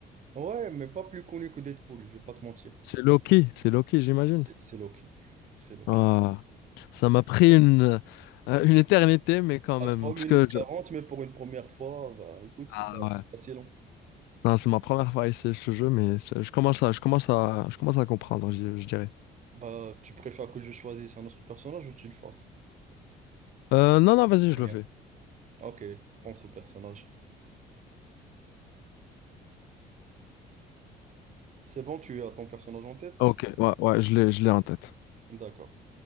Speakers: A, on the right (about 45°); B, on the left (about 85°).
A: Ouais, mais pas plus connu que Deadpool, je vais pas te mentir.
B: C'est Loki, c'est Loki, j'imagine.
A: C'est c'est Loki. <laughs> C'est Loki.
B: Ah, ça m'a pris une, euh, une éternité, mais quand
A: À
B: même.
A: 3 minutes
B: Parce que
A: 40
B: je-
A: mais pour une première fois, bah écoute, c'est
B: Ah
A: pas,
B: ouais.
A: c'est pas si long.
B: Non, c'est ma première fois à essayer ce jeu, mais c'est- je commence à, je commence à, je commence à comprendre, je, je dirais.
A: Bah, tu préfères que je choisisse un autre personnage ou tu le fasses?
B: Euh, non, non, vas-y,
A: Dernière.
B: je le fais.
A: Ok, pense au personnage. C'est bon, tu as ton personnage en tête?
B: Ok, ouais, ouais, je l'ai, je l'ai en tête.
A: D'accord.